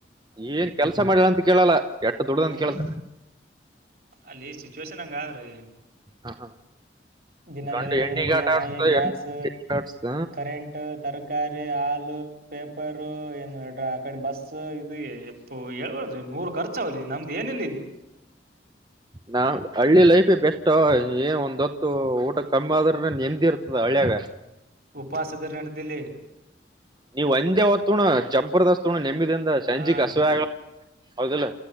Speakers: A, on the right; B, on the right.
A: ಏನ್ ಕೆಲ್ಸ ಮಾಡಿದಿ ಅಂತ ಕೇಳಲ್ಲ ಎಷ್ಟು ದುಡ್ಡ್ದಂತ
B: ಹ್ಮ್
A: ಕೇಳತಾರ
B: ಹ್ಮ್ ಅಲ್ಲಿ ಸಿಚುವೇಶನ್ ಹಂಗಾದ್ರಿ
A: ಹ ಹ
B: ದಿನ
A: ಗಂಡು
B: ಬೆಳಿಗ್ಗೆ
A: ಹೆಣ್ಣಿಗೆ
B: ಎದ್ರಾ ಇ
A: ಆಟ
B: ಎಂ
A: ಆಡ್ಸ್ತ
B: ಐ ಗ್ಯಾಸ್
A: ಹೆಣ್ಣಿಗೆ ಆಡ್ಸ್ತ
B: ಕರೆಂಟ್ ತರ ಕಾರಿ ಹಾಲು ಪೇಪರ್ ಏನು ಆ ಕಡೆ ಬಸ್ ಸ್ಸು ಇದ ಎಪ್ಪು ಹೇಳ್ಬಾದ್ರಿ ನೂರ್ ಖರ್ಚ ಅದವ್ಲಿ ನಮ್ದು ಏನೂ ಇಲ್ಲಾ ಇಲ್ಲಿ
A: ನಾ ಹಳ್ಳಿ ಲೈಫೆ ಬೆಸ್ಟೋ ಏನ್ ಒಂದ ಹೊತ್ತು ಊಟ ಕಮ್ಮಿ ಆದ್ರ ರ ನೆಮ್ದೀ ಇರ್ತದ ಹಳ್ಯಾಗ
B: ಉಪವಾಸ ಇದ್ರ ನಡ್ದಿಲ್ಲಿ
A: ನೀವ್ ಒಂದೇ ಹೊತ್ತುುಣ ಜಬರ್ದಸ್ತ್ ಉಣು ನೆಂಬಿದಿಂದ ಸಂಜಿಕ್
B: ಹಾ ರೀ
A: ಹಸಿವ
B: ಮತ್ತೆ
A: ಅಗಲಾ ಹೌದಿಲ್ಲ